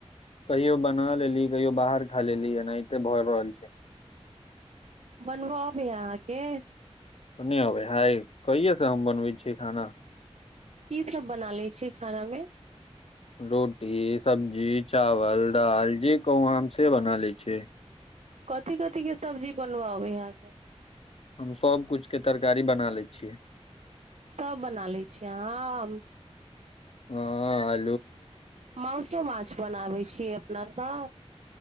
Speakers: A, on the left; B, on the right.
A: कहियो बना लेली कहियो बाहर खा लेली एनाहिते भऽ रहल छै
B: बनब अबैय अहाँके
A: नैइ अबैहइ कहियेसे हम बनबै छी खाना
B: की सब बना ले छी खाना में
A: रोटी सब्जी चावल दाल जे कहू हम से बना लै छीअइ
B: कथी कथीके सब्जी बनबय अबैय अहाँके
A: हम सब किछु के तरकारी बना लय छियै
B: सभ बना लय छियै अहाँ
A: हँअ्
B: माउसो माछ बनाबै छियै न त